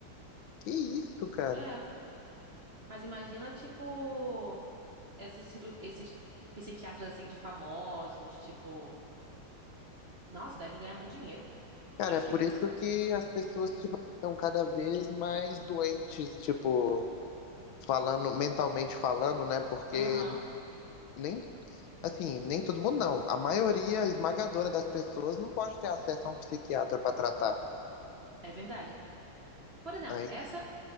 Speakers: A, on the left (about 75°); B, on the right (about 40°).
A: Que isso, cara?
B: é. Mas imagina, tipo, esses, ciru- esses psiquiatras, assim, de famosos, tipo... Nossa, deve ganhar muito dinheiro.
A: Cara,
B: Acho
A: é por
B: que...
A: isso que as pessoas, tipo, estão cada vez mais doentes, tipo, falando, mentalmente falando, né? Porque
B: Aham,
A: n- nem, assim, nem todo mundo não. A maioria esmagadora das pessoas não pode ter acesso a um psiquiatra pra tratar.
B: é verdade. Por exemplo,
A: Aí,
B: essa